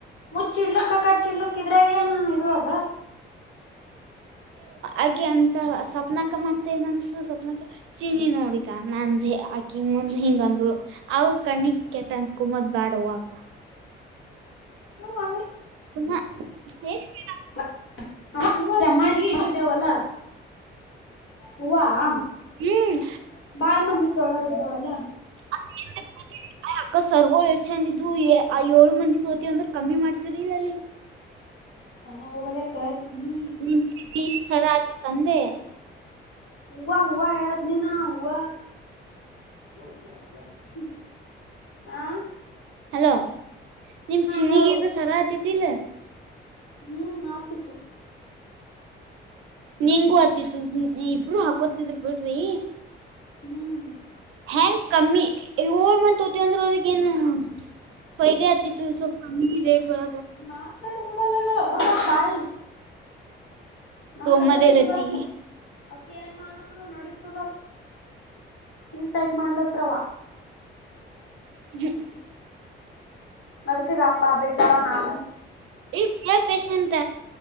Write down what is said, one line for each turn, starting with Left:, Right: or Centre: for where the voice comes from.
Left: ಮುಚ್ಚಿ ಇಡ್ಲಕ್ಕ ಕಚ್ಚಿಡ್ಲಕ್ಕ ಇದ್ರಾಗ ಏನ ಇ ಅದ
Right: ಆಕೆ ಅಂತ ಸ್ಪ್ನಾಕ ಮತ್ತೆ ಏನ್ ಅನ್ಸತು ಸವಪ್ನಾಕ ಚಿನಿ ನೋಡ್ಗ ನಂದೇ ಆಕನ್ ಮುಂದೆ ಹಿಂಗ ಅಂದರು ಅವ್ರ ಕಣ್ಣಿಕ್ ಕೆಟ್ಟ ಅನ್ಸ್ಕದ ಬ್ಯಾಡ್ ಹೋಗ್ಕ
Left: ಹ್ಮ <unintelligible>
Right: ಸುಮ್ಮಾ <unintelligible>
Left: <unintelligible> ಹೂವ ಆ
Right: ಹ್ಮ್
Left: <inaudible> ಬಾಳ್ ಮಂದಿ ತೊಳೋರ್ ಇದ್ದಾವಲ್ಲಾ
Right: ಅ <unintelligible> ಅಯ್ ಅಕ್ಕಪ್ ಸರ್ಗೋಳ್ ಎಷ್ಟ ಚಂದ ಇದು ಆ ಏಳು ಮಂದಿ ತೋತಿ ಅಂದ್ರ ಕಮ್ಮಿ ಮಾಡ್ತರಿ ಇಲ್ಲ
Left: ಸಾರ ಹೋಗಲ್ಲಕ್ಕ ಚಿನಿ
Right: <unintelligible> ಸರಾತಿ ತಂದೆ
Left: ಹೂವ ಹೂವ ಹೇಳದ್ ನೀನಾ ಹೂವ <unintelligible> ಹಾ
Right: ಹಲೋ ನಿಮ ಚಿನಗ
Left: ಹೇಳು
Right: ಇ ಸರ ಆತಿತಿ ಇಲ್ಲ
Left: ಹ್ಮ್ ನಡ್ತಿತ್ತು
Right: ನಿಂಗೂ ಆತಿತ್ತು ಇಬರು ಹಾಕೋತಿದ್ರರು ಬಿಡ್ರಿ
Left: ಹ್ಮ್
Right: ಹೆಂಗ ಕಮ್ಮಿ ಏಳ್ ಮತ್ ತ ಅಂದ್ರ ಅವ್ರಗ ಏನು ಪಹಲಿ ಆತಿತ್ತುು ಸೊ ಕಮ್ಮಿ ರೇಟ್ ಒ
Left: ಮಾತಾಡು ಕೂಡಲ್ಲ ತಾಯಿ ನಂಗ
Right: ತೋ ಮದಲ್ಲತಿೀ
Left: ಅದೇ ಸಿಟ್ಟು ಬತ್ತು. ಅಕ ಏನ್ ಮಾಡುದು ನಡಸುದ ಈ ಟೈಪ್ ಮಾಡ್ಲತ್ರವ
Right: ಹ್ಮ್
Left: ದುಕ್ಕೆ ಕಪ್ಪಾ ಬಿಟ್ಟವಾ ನಾನು
Right: ಇಲ್ ಕೆ ಪೇಶೆಂಟ್